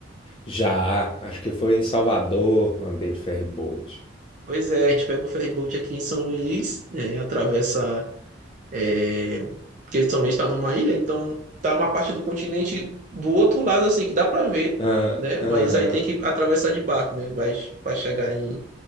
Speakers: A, on the left; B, on the right.
A: Já, acho que foi em Salvador, andei de ferryboat.
B: Pois é, a gente pega um ferry boat aqui em São Luís, é, atravessa É, que São também está numa ilha, então tá uma parte do continente do outro lado, assim, que dá para ver,
A: Ah,
B: né?
A: Aham,
B: Mas aí tem que atravessar de barco, né? Vai, vai chegar em.